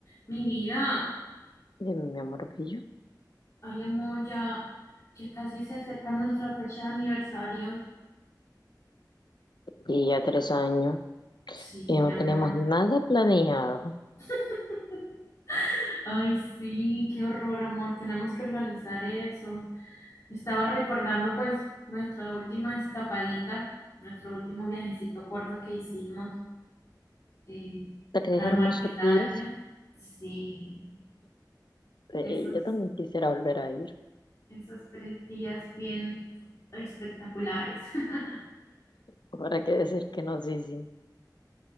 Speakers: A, on the left; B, on the left.
A: Mi vida,
B: Dime, mi amor bello.
A: ay amor, ya, ya casi se acerca nuestra fecha de aniversario.
B: Y ya tres años
A: Sí,
B: y
A: mi
B: no
A: amor.
B: tenemos nada planeado.
A: <laughs> Ay, sí, qué horror, amor. Tenemos que organizar eso. Estaba recordando pues nuestra última escapadita, nuestro último viajecito corto que hicimos eh,
B: Tres
A: para
B: hermosos
A: Marquetalia.
B: días.
A: Sí,
B: Eh,
A: esos,
B: eh, yo también quisiera volver a ir.
A: esos tres días bien espectaculares. <laughs>
B: ¿Para qué decir que no? Sí, sí.